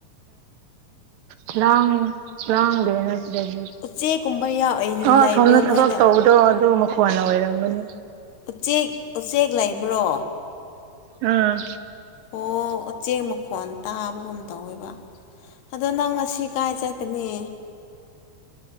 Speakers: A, on the right; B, on the left.
A: ꯎ ꯂꯥꯡ ꯂꯥꯡꯗꯦꯅ ꯑꯗꯒꯤ
B: ꯎꯆꯦꯛꯀꯨꯝꯕ
A: ꯑ
B: ꯂꯩꯕ꯭ꯔꯣ
A: ꯁꯣꯝꯅ ꯊꯕꯛ
B: ꯅꯣꯏꯗ
A: ꯇꯧꯕꯗꯣ ꯑꯗꯨ ꯃꯈꯣꯟꯅ ꯑꯣꯏꯔꯝꯒꯅꯤ
B: ꯎꯆꯦꯛ-ꯎꯆꯦꯛ ꯂꯩꯕ꯭ꯔꯣ
A: ꯎꯝ
B: ꯑꯣ ꯎꯆꯦꯛ ꯃꯈꯣꯟ ꯇꯥꯕꯒꯨꯝ ꯇꯧꯋꯦꯕ ꯑꯗꯣ ꯅꯪ ꯉꯁꯤ ꯀꯥꯏ ꯆꯠꯀꯅꯤ